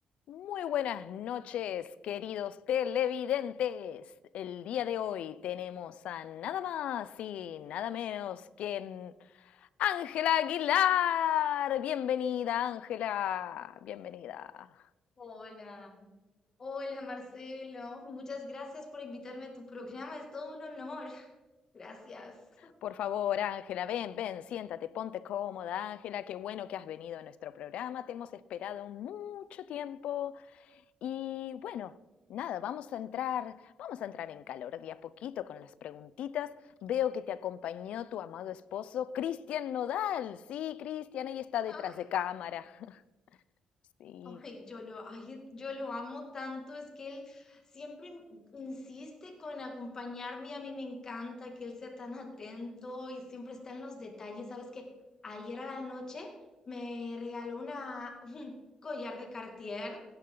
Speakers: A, on the left (about 75°); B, on the left (about 30°).
A: Muy buenas noches, queridos televidentes. El día de hoy tenemos a nada más y nada menos que Ángela Aguilar. Bienvenida, Ángela. Bienvenida.
B: Hola, hola Marcelo, muchas gracias por invitarme a tu programa, es todo un honor. <laughs> Gracias.
A: Por favor, Ángela, ven, ven, siéntate, ponte cómoda, Ángela. Qué bueno que has venido a nuestro programa. Te hemos esperado mucho tiempo. Y bueno, nada, vamos a entrar, vamos a entrar en calor de a poquito con las preguntitas. Veo que te acompañó tu amado esposo, Cristian Nodal. Sí, Cristian, ahí está detrás
B: Ay,
A: de cámara. <laughs> Sí.
B: ay, yo lo, ay, yo lo amo tanto, es que él siempre in- insiste con acompañarme y a mí me encanta que él sea tan atento y siempre está en los detalles. Sabes que ayer a la noche me regaló una, <laughs> un collar de Cartier,